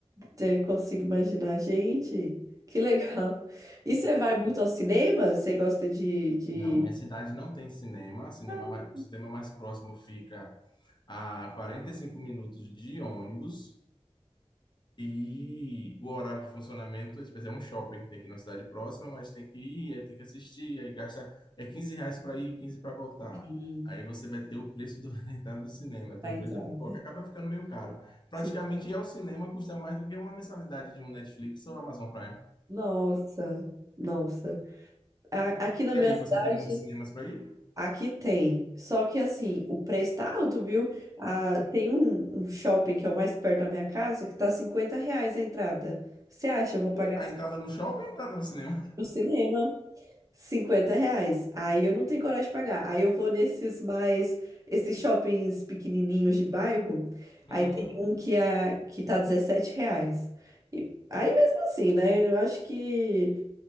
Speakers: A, on the right; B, on the left.
A: Você consigo imaginar, gente, que legal. E você vai muito ao cinema? Você gosta de, de...
B: Não, minha cidade não tem cinema. Cinema
A: Ah,
B: mais, o cinema mais próximo fica a 45 minutos de ônibus. E o horário de funcionamento, tipo, é um shopping que tem aqui na cidade próxima, mas tem que ir, aí tem que assistir, aí gasta é 15 reais para ir, 15 para voltar.
A: Sim,
B: Aí você vai ter o preço do, <laughs> da entrada do cinema, tem
A: da
B: o
A: entrada.
B: preço da pipoca, acaba ficando meio caro. Praticamente
A: Sim.
B: ir ao cinema custa mais do que uma mensalidade de um Netflix ou Amazon Prime.
A: Nossa, nossa. A- Aqui na
B: E
A: minha
B: aí
A: cidade,
B: você tem muitos cinemas para ir,
A: aqui tem. Só que assim, o preço tá alto, viu? Ah, tem um, um shopping que é o mais perto da minha casa que tá 50 reais a entrada. Você acha? Eu vou
B: e
A: pagar
B: a entrada no shopping, a entrada no cinema.
A: no cinema. cinquenta reais. Aí eu não tenho coragem de pagar. Aí eu vou nesses mais, esses shoppings pequenininhos de bairro. Aí
B: Uhum.
A: tem um que, é, que tá 17 reais. E, aí mesmo assim, né? Eu acho que